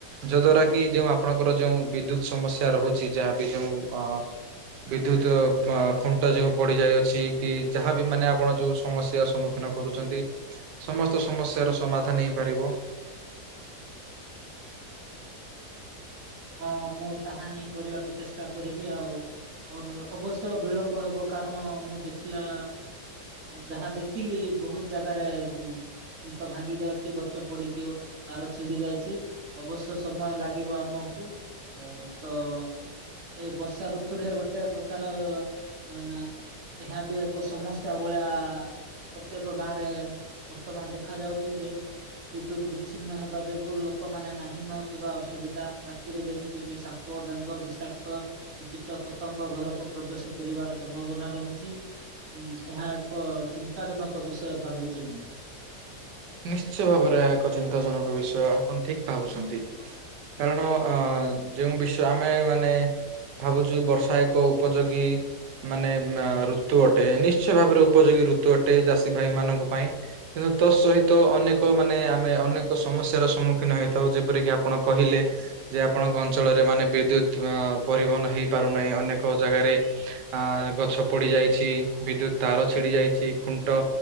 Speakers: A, on the right (about 85°); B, on the right (about 55°).
A: ଯୋ ଦ୍ଵାରା କି ଯୋଉ ଆପଣଙ୍କର ଯୋଉ ବିଦ୍ୟୁତ ସମସ୍ୟା ରହୁଛି ଯାହାବି ଯୋଉ ଅ ବିଦ୍ୟୁତ ଖୁଣ୍ଟ ଯେଉଁ ପଡିଯାଇଅଛି କି ଯାହା ବି ମାନେ ଆପଣ ଯଉ ସମସ୍ୟାର ସମ୍ମୁଖୀନ କରୁଛନ୍ତି ସମସ୍ତ ସମସ୍ୟାର ସମାଧାନ ହେଇପାରିବ।
B: ହଁ ମୁଁ ତାହା ହିଁ କରିବାକୁ ଚେଷ୍ଟା କରିବି ଆଉ। ଅବଶ୍ୟ ବିଳମ୍ବ ହେବ କାରଣ ମୁଁ ଦେଖିଲା ଯାହା ଦେଖିଲି ବହୁତ ଜାଗାରେ ଖୁଣ୍ଟ ଭାଙ୍ଗି ଯାଇଛି ଗଛ ପୋଡିକି ତାର ଛିଡି ଯାଇଛି। ଅବଶ୍ୟ ସମୟ ଲାଗିବ ଆମକୁ ତ ଏଇ ବର୍ଷା ଋତୁରେ ଗୋଟେ ପ୍ରକାର ଅ ଏହା ବି ଏକ ସମସ୍ୟା ଭଳିଆ ପ୍ରତ୍ୟେକ ଗାଁ ରେ ବର୍ତ୍ତମାନ ଦେଖା ଯାଉଚି ଯେ ବିଦ୍ୟୁତ ବିଛିନ୍ନ ହେବା ଯୋଗୁ ଲୋକମାନେ ନାହିଁ ନଥିବା ଅସୁବିଧା ରାତିରେ ଯେମିତି କି ସାପ ବେଙ୍ଗ ବିଷାକ୍ତ କୀଟ ପତଙ୍ଗ ଘରକୁ ପ୍ରବେଶ କରିବାର ସମ୍ଭାବନା ରହୁଛି। ଏହା ଏକ ଚିନ୍ତାଜନକ ବିଷୟ ଭାବୁଛି ମୁଁ।
A: ନିଶ୍ଚୟ ଭାବରେ ଏହା ଏକ ଚିନ୍ତାଜନକ ବିଷୟ ଆପଣ ଠିକ ଭାବୁଛନ୍ତି। କାରଣ ଯେଉଁ ବିଶ୍ଵ ଆମେ ମାନେ ଭାବୁଛୁ ବର୍ଷା ଏକ ଉପଯୋଗୀ। ମାନେ ଋତୁ ଅଟେ ନିଶ୍ଚୟ ଭାବରେ ଉପଯୋଗୀ ଋତୁ ଅଟେ ଚାଷୀ ଭାଇ ମାନଙ୍କ ପାଇଁ। କିନ୍ତୁ ତୋ ସହିତ ତ ଅନେକ ମାନେ ଆମେ ଅନେକ ସମସ୍ୟାର ସମ୍ମୁଖୀନ ହେଇଥାଉ ଯେପରିକି ଆପଣ କହିଲେ। ଯେ ଆପଣଙ୍କ ଅଞ୍ଚଳରେ ମାନେ ବିଦ୍ୟୁତ ଅ ପରିବହନ ହେଇପାରୁନାହିଁ ଅନେକ ଜାଗାରେ। ଆ ଗଛ ପଡି ଯାଇଛି ବିଦ୍ୟୁତ ତାର ଛିଡି ଯାଇଛି ଖୁଣ୍ଟ